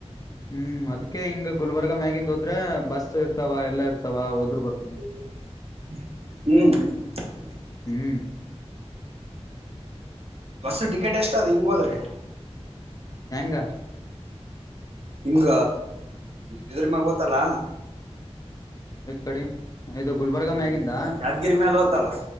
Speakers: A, on the left; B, on the right.
A: ಹ್ಮ್ ಅದ್ಕ ಹಿಂಗ ಗುಲ್ಬರ್ಗ ಮ್ಯಗಿಂದ ಹೋದ್ರೆ ಬಸ್ ಇರ್ತಾವ ಎಲ್ಲಾ ಇರ್ತಾವ ಹೋದ್ರು ಬರ್ತವ.
B: ಹ್ಮ್.
A: ಹ್ಮ್.
B: ಬಸ್ಸ ಟಿಕೆಟ್ ಎಷ್ಟ ಅದ ಹಿಂಗೋದ್ರ.
A: ಹೆಂಗ.
B: ಹಿಂಗ ಇದ್ರ ಮ್ಯಾಗ ಹೋತಲಾ.
A: ಎ ಕಡಿ ಇದು ಗುಲ್ಬರ್ಗ
B: ಈ
A: ಮ್ಯಾಗಿಂದ.
B: ಯಾದಗಿರಿ ಮ್ಯಾಲ ಹೋತಲ್ಲ